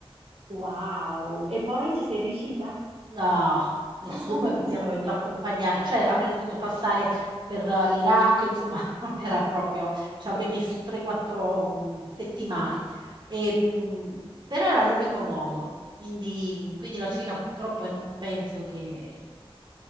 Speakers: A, on the right (about 75°); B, on the right (about 45°).
A: Wow! E poi ci sei riuscita?
B: No, nessuno
A: <laughs>
B: mi
A: Un sogno.
B: ha voluto accompagnare, cioè avrei dovuto passare per eh, l'Iraq, insomma, <laughs> non era proprio, ci avrei messo 3-4 mh, settimane. E, mh, però era l'unico modo, quindi, mh, quindi la Cina purtroppo io non penso che,